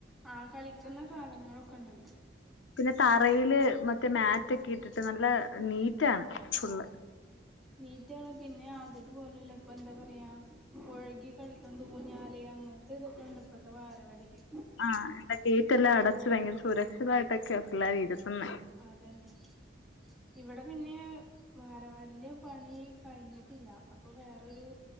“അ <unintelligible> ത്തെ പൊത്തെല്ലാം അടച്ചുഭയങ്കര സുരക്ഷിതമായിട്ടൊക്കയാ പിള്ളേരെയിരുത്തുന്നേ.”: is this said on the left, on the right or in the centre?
Left